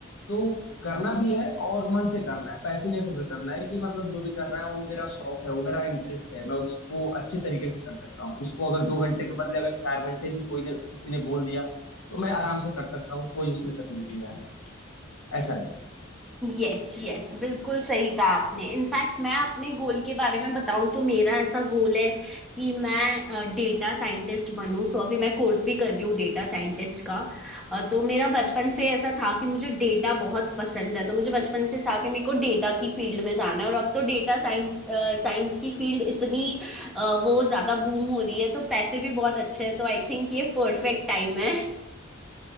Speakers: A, on the left (about 85°); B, in the centre.
A: तो करना भी है और मन से करना है पैशनेट होकर करना है कि मतलब जो भी कर रहा है वो मेरा शौक है वो मेरा इंटरेस्ट है मैं उसको अच्छे तरीके से कर सकता हूँ उसको अगर दो घंटे के बदले अगर चार घंटे भी कोई ने किसी ने बोल दिया तो मैं आराम से कर सकता हूँ कोई उसमें तकलीफ नहीं आने वाली ऐसा नहीं
B: यस यस बिल्कुल सही कहा आपने इनफैक्ट मैं अपने गोल के बारे में बताऊं तो मेरा ऐसा गोल है कि मैं डेटा साइंटिस्ट बनूं तो अभी मैं कोर्स भी कर रही हूँ डेटा साइंटिस्ट का अ, तो मेरा बचपन से ऐसा था कि मुझे डेटा बहुत पसंद है तो मुझे बचपन से था कि मेरे को डेटा की फील्ड में जाना है और अब तो डेटा साइंस साइंस की फील्ड इतनी अ, वो ज्यादा बूम हो रही है तो पैसे भी बहुत अच्छे हैं तो आई थिंक ये परफेक्ट टाइम है